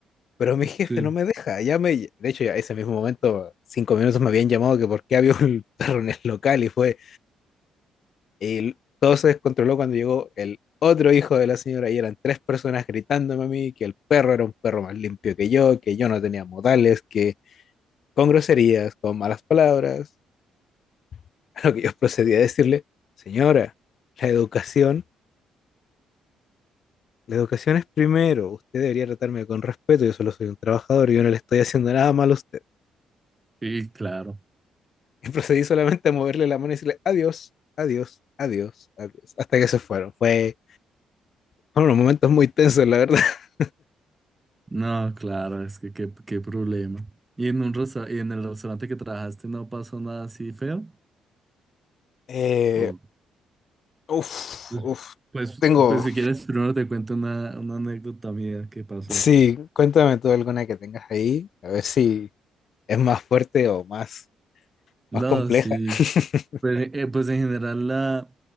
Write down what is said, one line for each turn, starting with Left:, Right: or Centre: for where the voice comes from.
Left: Pero mi jefe
Right: sí,
Left: no me deja, ya me, de hecho, ya ese mismo momento, cinco minutos me habían llamado que por qué había <laughs> un perro en el local y fue, y todo se descontroló cuando llegó el otro hijo de la señora y eran tres personas gritándome a mí que el perro era un perro más limpio que yo, que yo no tenía modales, que con groserías, con malas palabras, <laughs> a lo que yo procedí a decirle, señora, la educación, la educación es primero, usted debería tratarme con respeto, yo solo soy un trabajador, yo no le estoy haciendo nada malo a usted.
Right: y claro,
Left: <laughs> Y procedí solamente a moverle la mano y decirle adiós, adiós, adiós, adiós. Hasta que se fueron. Fue fueron unos momentos muy tensos, la verdad. <laughs>
Right: no, claro, es que qué, qué problema. ¿Y en un resta- y en el restaurante que trabajaste no pasó nada así feo?
Left: Eh,
Right: O-
Left: uf,
Right: pues,
Left: uf.
Right: pues,
Left: Tengo.
Right: pues si quieres, primero te cuento una, una anécdota mía que pasó.
Left: Sí, cuéntame tú alguna que tengas ahí. A ver si es más fuerte o más,
Right: No,
Left: más compleja.
Right: sí.
Left: <laughs>
Right: Pues, eh, pues en general la